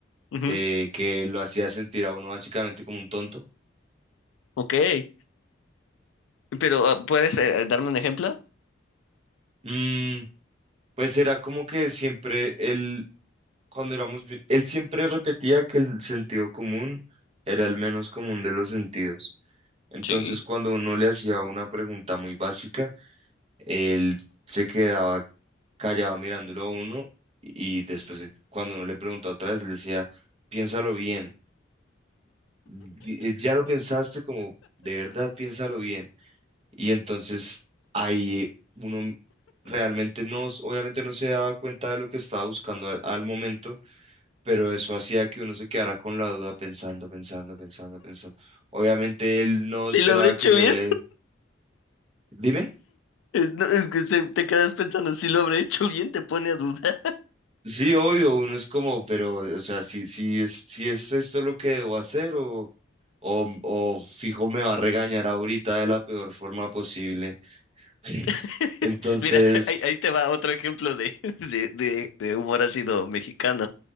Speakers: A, on the left; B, on the right.
A: ujú,
B: eh, que lo hacía sentir a uno básicamente como un tonto.
A: Ok. Pero, ah, ¿puedes eh, darme un ejemplo?
B: Mm, pues era como que siempre él, cuando éramos, vi- él siempre repetía que el sentido común era el menos común de los sentidos. Entonces,
A: Sí.
B: cuando uno le hacía una pregunta muy básica, él se quedaba callado mirándolo a uno y después de- cuando uno le preguntó otra vez, le decía, piénsalo bien, di- eh, ya lo pensaste como de verdad, piénsalo bien. Y entonces ahí eh, uno realmente no, s- obviamente no se daba cuenta de lo que estaba buscando al, al momento, pero eso hacía que uno se quedara con la duda pensando, pensando, pensando, pensando. Obviamente él no
A: Si
B: esperaba
A: lo habré hecho
B: que yo
A: bien,
B: le... Dime.
A: Eh, no, es que se- te quedas pensando, si lo habré hecho bien, te pone a dudar.
B: Sí, obvio, uno es como, pero, o sea, si, si es, si es esto lo que debo hacer o, O, o fijo me va a regañar ahorita de la peor forma posible. <laughs>
A: <laughs>
B: Entonces,
A: Mira, ahí, ahí te va otro ejemplo de, <laughs> de, de, de humor ácido mexicano.